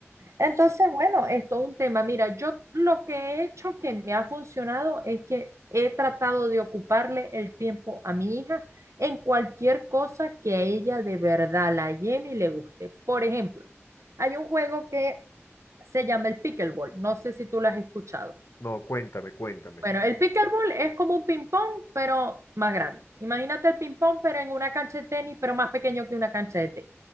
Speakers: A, on the right; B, on the left.
A: Entonces, bueno, es todo un tema. Mira, yo lo que he hecho que me ha funcionado es que he tratado de ocuparle el tiempo a mi hija en cualquier cosa que a ella de verdad la llene y le guste. Por ejemplo, hay un juego que se llama el pickleball. No sé si tú lo has escuchado.
B: no, cuéntame, cuéntame.
A: Bueno, el pickleball es como un ping-pong, pero más grande. Imagínate el ping-pong, pero en una cancha de tenis, pero más pequeño que una cancha de tenis.